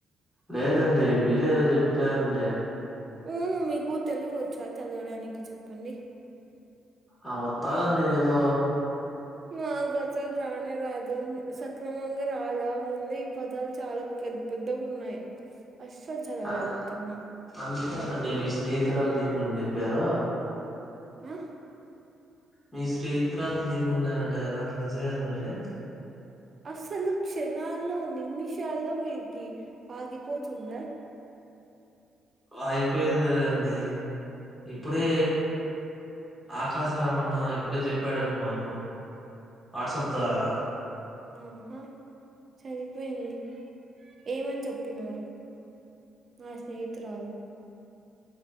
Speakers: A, on the left; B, on the right.
A: లేదండి మీరే ఏదో చెప్నరండి
B: ఉ మీకు తెలుగు ఓచ్చా చదవడానికి చెప్పండి
A: ఆ వత్తాదండి ఏదో
B: నాక్ అసల్ రానే రాదు సక్రమంగా రాదా అ ముందే ఈ పదాలు చాలా పె పెద్దగున్నాయి అస్స ల్ చదవలేపోతున్న
A: అ అందుకేనండి మీ స్నేహితురాలు దిమని జేప్పారు
B: ఉ
A: మీ స్నేహితురాల్ని దీయామన్నారట గదా నిజమేనండి
B: అస్సా లు క్షణాల్లో నిమిషాల్లో మీకి ఆగిపోతుందా
A: అయిపోయేది కదండి ఇప్పుడే ఆకాశరామన్న ఇప్పుడే చెప్పాడండి మాకు వాట్సాప్ ద్వారా
B: ఊహూ సరిపోయింది ఏమని చెప్పినారు నా స్నేహితురాలు